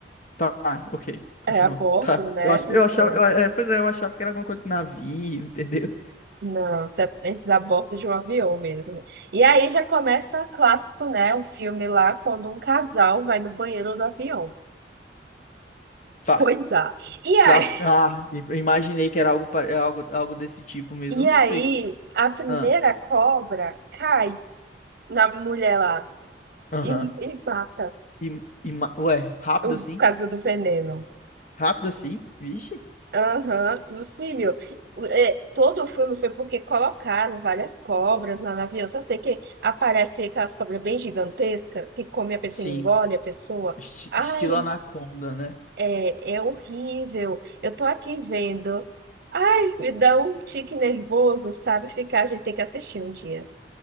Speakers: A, on the left (about 45°); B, on the right (about 60°).
A: tá, tá, ok, continua.
B: é a bordo,
A: Tá,
B: né?
A: eu, ach- eu
B: Então.
A: achava, eu- é, pois é, eu achava que era alguma coisa de navio, entendeu?
B: Não, você aprende a bordo de um avião mesmo. E aí já começa o clássico, né? Um filme lá quando um casal vai no banheiro do avião.
A: Tá.
B: Coisa. E
A: Já,
B: aí,
A: ah, i- imaginei que era algo, pare- algo, algo desse tipo
B: <laughs>
A: mesmo.
B: e
A: Eu não
B: aí
A: sei.
B: a primeira
A: Ah,
B: cobra cai na mulher lá
A: aham.
B: e, e mata
A: E, e, ma- ué, rápido
B: o
A: assim?
B: caso do veneno.
A: Rápido assim? Vixe.
B: Aham, meu filho. é, todo o filme foi porque colocaram várias cobras lá no avião. Só sei que aparece aquelas cobras bem gigantescas que come a pessoa,
A: Sim.
B: e engole a pessoa.
A: Esti-
B: Ai,
A: estilo Anaconda, né?
B: É, é horrível. Eu tô aqui vendo. Ai, me dá um tique nervoso, sabe? Ficar, a gente tem que assistir um dia.